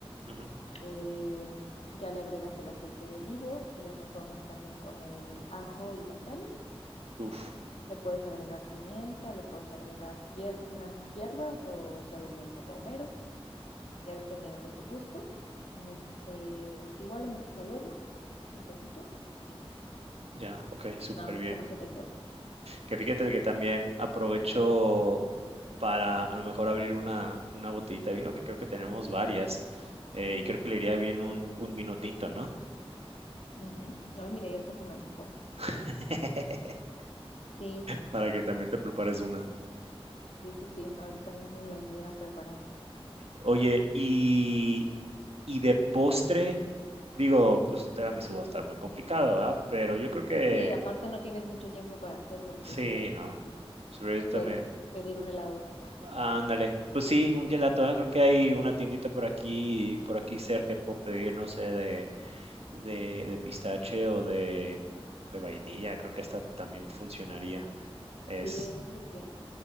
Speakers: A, on the right; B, on the left.
A: ujú.
B: Eh, ya le agregas el aceite de olivo y lo sazonas también con el ajo y la sal.
A: Uf,
B: Le puedes agregar pimienta, le puedes agregar hier- finas hierbas o solamente romero, ya dependerá de tu gusto. Este, igual lo metes al horno un ratito y listo.
A: ya, ok, súper
B: Nada más
A: bien.
B: que no se te queme.
A: Que fíjate que también aprovecho para a lo mejor abrir una, una botellita de vino, que creo que tenemos varias, eh, y creo que le iría bien un, un vino tinto, ¿no?
B: Ujú. Ay, mira, ya hasta se me antojó.
A: <laughs>
B: Sí,
A: Para que también te prepares una.
B: sí, sí, sí, ahorita mismo me la voy a ir a preparar.
A: Oye, y, y de postre, digo, pues un tiramisú va a estar muy complicado, ¿verdad? Pero yo creo que
B: Sí, Sí, aparte no tienes mucho tiempo para hacerlo, entonces
A: Sí, no.
B: sí,
A: Sobre también.
B: puedes pedir un helado.
A: Ándale. Pues sí, un gelato. ah, Creo que hay una tiendita por aquí, por aquí cerca que puedo pedir, no sé, de, de, de pistache o de, o de vainilla. Creo que hasta también funcionaría. Es
B: Sí, sí, sí,